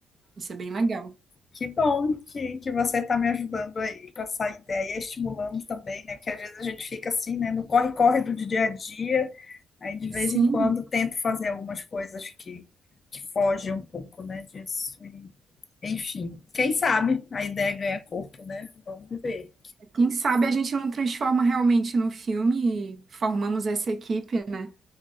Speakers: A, on the right; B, on the left.
A: Isso é bem legal.
B: Que bom que, que você está me ajudando aí com essa ideia, estimulando também, né? Porque às vezes a gente fica assim, né? No corre-corre do dia a dia, aí de vez
A: Sim.
B: em quando tento fazer algumas coisas que, que fogem um pouco, né, disso. E, enfim, quem sabe a ideia ganha corpo, né? Vamos ver.
A: Quem sabe a gente não transforma realmente no filme e formamos essa equipe, né?